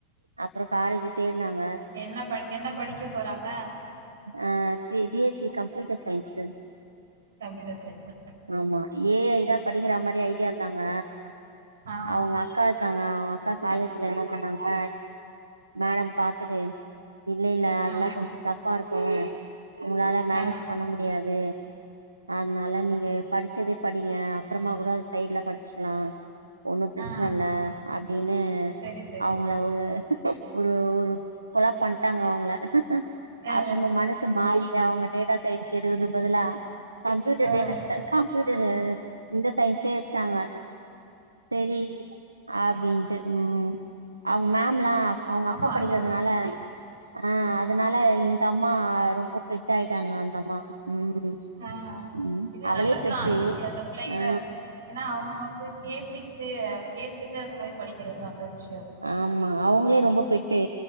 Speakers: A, on the right; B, on the right.
A: அப்ரோ காலேஜ் தேட்னாங்க
B: என்ன ப என்ன படிக்க போறாங்க
A: அ B B S C computer science
B: computer சயின்சா
A: ஆமா ஏ ஐ தா படிக்கிறா மாரி ஐடியா இருந்தாங்க
B: ஆ
A: அவுங்க அக்கா க்காங்க அவுங்க அக்கா காலேஜ்ல என்ன பண்ணாங்க மேடம் பாத்துட்டு இல்ல இல்ல அதெல்லா
B: ஆ
A: கொஞ்சொ டஃபா இருக்கூ உங்களால மேனேஜ்
B: ஆ
A: பண்ண முடியாது அதனால நீங்க படிச்சதே படிங்க அப்பறமா கூட சைட்ல படிச்சுக்கலா ஒண்ணும் பிரச்சனல்ல
B: ஆ
A: அப்டின்னு
B: செரி செரி
A: அவுங்கள ஒரு ஒரு ஒரு கொள பண்ட்டாங்க அவுங்கள
B: ஆ
A: அப்புறமா மனசு மாரி அவுங்க டேட்டா சயின்ஸ் எடுக்குது பதிலா கம்ப்யூட்டர்
B: ஆ
A: டேட்டா சயி கம்ப்யூட்டரு இந்த சயின்ஸே எடுத்தாங்க செரி அப்டின்ட்டு ம் அவுங்க மேம்ல்லா அவுங்க
B: ஆமா
A: அக்கா படிக்கிறதுனால
B: அது
A: ஆ அதனால இந்த அம்மா ரொம்ப பெட் ஆயிட்டாங்க அந்த அம்மா ம்
B: ஆ
A: ம்
B: இது
A: அவளே
B: நல்லதுதா
A: பெட்டு
B: அந்த அந்த பிள்ளைங்கள
A: ஆ
B: ஏன்னா அவுங்க வந்து கேட்டுக்கிட்டு கேட்டுட்டு அந்த மாரி படிக்கிறது நல்ல விஷயந்தான
A: ஆமா அவுங்ளே ரொம்ப பெட்டு